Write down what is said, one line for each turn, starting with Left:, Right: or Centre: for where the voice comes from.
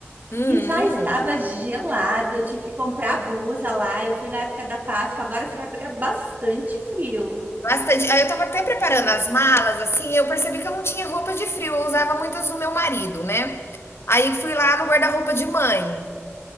Left: Uhum.
Right: e já estava gelado. Eu tive que comprar blusa lá. Eu fui na época da Páscoa. Agora você vai pegar bastante frio.
Left: Bastante. Aí eu estava até preparando as malas, assim, eu percebi que eu não tinha roupa de frio, eu usava muitas do meu marido, né. Aí fui lá no guarda-roupa de mãe,